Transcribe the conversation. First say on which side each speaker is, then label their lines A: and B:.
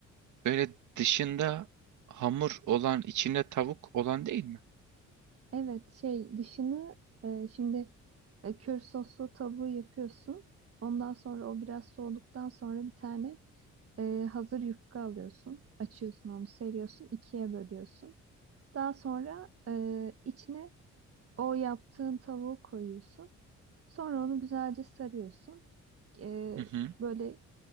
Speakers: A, on the right; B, on the right.
A: böyle dışında hamur olan içinde tavuk olan değil mi?
B: Evet şey dışını e, şimdi E, kür soslu tavuğu yapıyorsun. Ondan sonra o biraz soğuduktan sonra bir tane e, hazır yufka alıyorsun. Açıyorsun onu, seriyorsun, ikiye bölüyorsun. Daha sonra e, içine o yaptığın tavuğu koyuyorsun. Sonra onu güzelce sarıyorsun. E,
A: Hı hı.
B: böyle